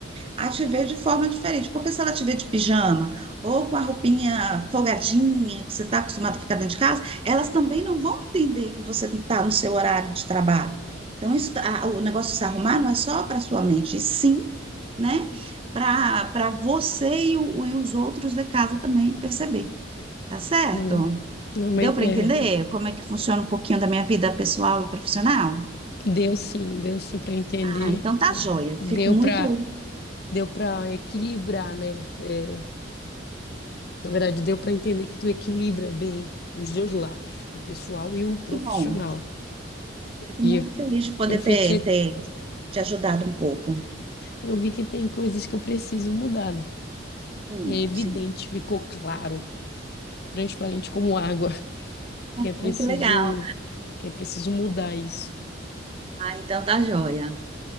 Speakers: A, on the right; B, on the left.
A: a te ver de forma diferente. Porque se ela te ver de pijama ou com a roupinha folgadinha, que você está acostumado a ficar dentro de casa, elas também não vão entender que você está no seu horário de trabalho. Então, isso, tá, a- o negócio de se arrumar não é só para sua mente, e sim, né? Para para você e, o- e os outros da casa também perceber. Tá certo?
B: Não, não, mas
A: Deu para
B: é,
A: entender como é que funciona um pouquinho da minha vida pessoal e profissional?
B: deu sim, deu sim para entender.
A: Ah, então tá
B: é,
A: joia.
B: Deu
A: Fico muito,
B: para deu para equilibrar, né? É, Na verdade, deu para entender que tu equilibra bem os dois lados, o pessoal e o profissional.
A: que bom. Fico
B: E
A: muito
B: eu
A: feliz de poder
B: eu fiquei,
A: ter, ter te ajudado um pouco.
B: eu vi que tem coisas que eu preciso mudar, né?
A: Sim,
B: É evidente,
A: sim.
B: ficou claro, transparente como água, <laughs>
A: Ai,
B: que é preciso,
A: que legal.
B: que é preciso mudar isso.
A: Ah, então tá joia.